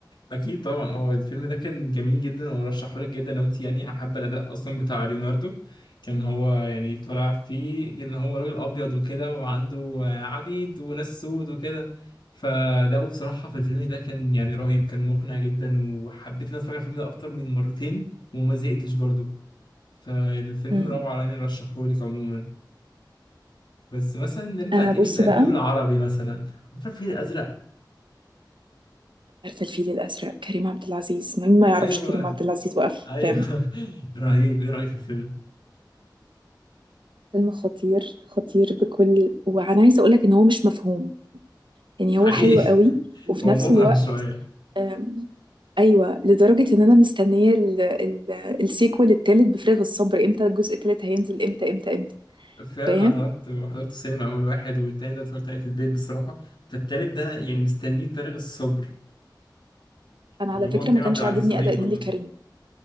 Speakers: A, on the left; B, on the right.
A: أكيد طبعا اه الفيلم ده كان جميل جدا وأرشحه لك جدا لو أنت يعني حابة الأداء أصلا بتاع ليوناردو كان هو يعني طالع فيه إن هو راجل أبيض وكده وعنده آه، عبيد وناس سود وكده فأداؤه بصراحة في الفيلم ده كان يعني رهيب كان مقنع جدا وحبيت إن أنا أتفرج على الفيلم ده أكتر من مرتين وما زهقتش برضه فالفيلم
B: مم.
A: روعة يعني رشحهولك عموما بس مثلا نرجع
B: أنا
A: تاني
B: بص
A: للأفلام
B: بقى
A: العربي مثلا عارف الفيل الأزرق
B: عارفة الفيل الأزرق كريم عبد العزيز مين ما يعرفش
A: أيوه
B: كريم عبد العزيز وأفلامه
A: أيوه <laughs> رهيب إيه رأيك في الفيلم؟
B: فيلم خطير خطير بكل وأنا عايزة أقولك إن هو مش مفهوم يعني
A: حقيقي
B: هو حلو قوي وفي
A: هو
B: نفس
A: مبهم
B: الوقت
A: شوية
B: آم، أيوة لدرجة إن أنا مستنية ال... ال... السيكوال التالت بفارغ الصبر إمتى الجزء التالت هينزل إمتى إمتى إمتى
A: فعلا
B: فاهم
A: أنا حضرت حضرت السينما أول واحد والتاني ده اتفرجت عليه في البيت بصراحة فالتالت ده أنا يعني مستنيه بفارغ الصبر
B: أنا
A: وهو
B: على فكرة
A: كريم
B: ما كانش
A: عبد العزيز
B: عاجبني
A: رهيب
B: أداء
A: برضه
B: نيلي كريم